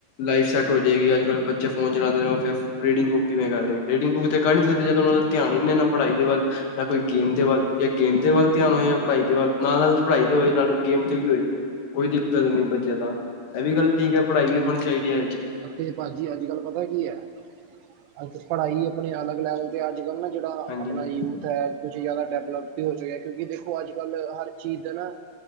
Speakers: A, on the left (about 80°); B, on the right (about 85°).
A: ਲਾਈਫ ਸੈੱਟ ਹੋ ਜਏਗੀ, ਅੱਜ- ਕੱਲ੍ਹ ਬੱਚੇ ਫੋਨ ਚਲਾਂਦੇ ਨੇ, ਉਹ ਫਿਰ ਰੀਡਿੰਗ ਬੁੱਕ ਕਿਵੇਂ ਕਰ ਦੇਨਗੇ? ਰੀਡਿੰਗ ਬੁੱਕ 'ਤੇ ਕੱਢ ਨੀ ਸਕਦੇ, ਜਦ ਉਨਾਂ ਦਾ ਧਿਆਨ ਈ ਨੀ ਏਨਾ ਪੜਾਈ ਦੇ ਵੱਲ। ਐ, ਕੋਈ ਗੇਮ
B: ਬਿਲਕੁਲ
A: ਦੇ ਵੱਲ ਇਕ ਗੇਮ ਦੇ ਵੱਲ ਧਿਆਨ ਹੋਏ ਜਾਂ ਪੜ੍ਹਾਈ ਦੇ ਵੱਲ? ਨਾਲ-ਨਾਲ ਪੜ੍ਹਾਈ ਦੇ ਹੋਏ, ਨਾਲ ਗੇਮ 'ਤੇ ਵੀ ਹੋਏ। ਕੋਈ ਦਿੱਕਤ ਨੀ ਬੱਚੇਆ ਦਾ, ਐਹ ਵੀ ਗੱਲ ਠੀਕ ਐ ਪੜ੍ਹਾਈ ਵੀ ਹੋਨੀ ਚਾਈਦੀ ਐ ਅੱਜ।
B: ਏ ਭਾਅ ਜੀ, ਅੱਜ-ਕੱਲ ਪਤਾ ਕੀ ਐ? ਅੱਜ ਪੜ੍ਹਾਈ ਅਪਨੇ ਅਲੱਗ ਲੈਵਲ 'ਤੇ ਅੱਜ-ਕੱਲ੍ਹ ਨਾ ਜੇੜਾ
A: ਹਾਂਜੀ
B: ਆਪਨਾ,
A: ਹਾਂਜੀ
B: ਯੂਥ ਖੈਰ, ਤੁਸੀ ਜਾਦਾ ਡੈਪਲਪ ਵੀ ਹੋ ਚੁੱਕਿਆ, ਕਿਉਂਕਿ ਦੇਖੋ, ਅੱਜ- ਕੱਲ ਹਰ ਚੀਜ਼ ਦਾ ਨਾ